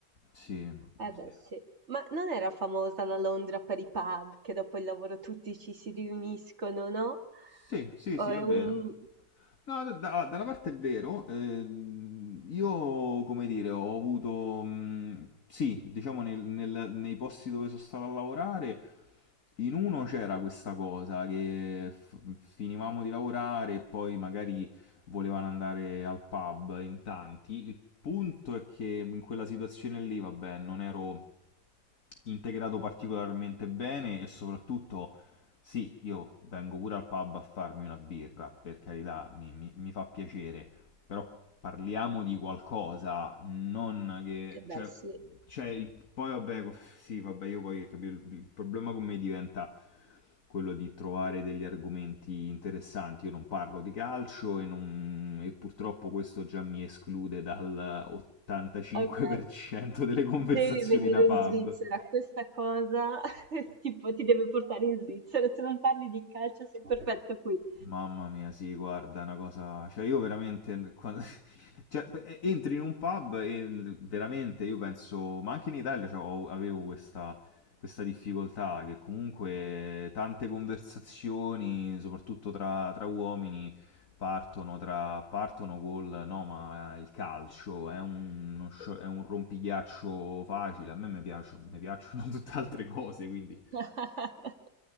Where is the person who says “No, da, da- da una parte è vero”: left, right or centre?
Left